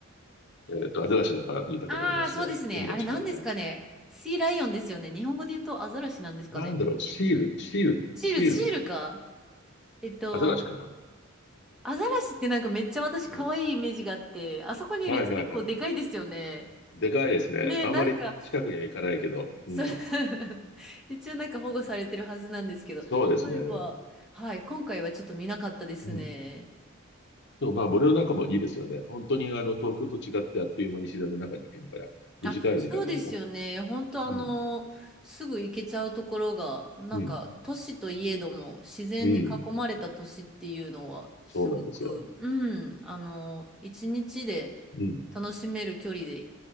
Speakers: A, on the left; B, in the centre.
A: えっと、アザラシだか見たことありますね。
B: ああ、そうですね。
A: 海の近くね。
B: あれ何ですかね。シーライオンですよね。日本語で言うとアザラシなんですかね。
A: なんだろう、シール、シール、
B: シール、
A: シールズって、
B: シールか。えっと、
A: アザラシかな
B: アザラシってなんかめっちゃ私可愛いイメージがあって、
A: うん。
B: あそこにいるやつ結構でかいですよね。
A: はいはいはい。でかいですね。
B: ね、
A: あんまり近くには行かないけど、
B: なんか、
A: うん。
B: そう <laughs> 一応なんか保護されてるはずなんですけど、
A: そうですね。
B: そういえば、はい、今回はちょっと見なかったですね。
A: うん。でもまあ森の中もいいですよね。本当にあの東京と違ってあっという間に自然の中に行けるから、
B: あ、
A: 短い時間でも。
B: そうですよね。本当あの、
A: うん、
B: すぐ行けちゃうところが、なんか都市といえども自然に囲まれた都市っていうのは、
A: うん、うん。
B: すごく、
A: そうなんですよ。
B: うん、あの、一日で
A: うん。
B: 楽しめる距離で